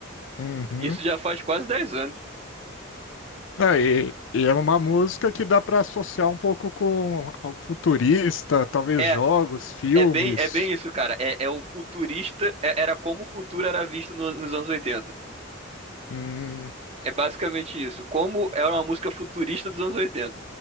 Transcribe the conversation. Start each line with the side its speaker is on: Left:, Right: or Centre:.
Left: Uhum.
Right: Isso já faz quase 10 anos.
Left: Não, e, e é uma música que dá para associar um pouco com algo futurista, talvez
Right: É,
Left: jogos, filmes.
Right: é bem, é bem isso, cara. É, é o futurista, é- era como o futuro era visto no- nos anos oitenta
Left: Hum,
Right: É basicamente isso. Como era uma música futurista dos anos oitenta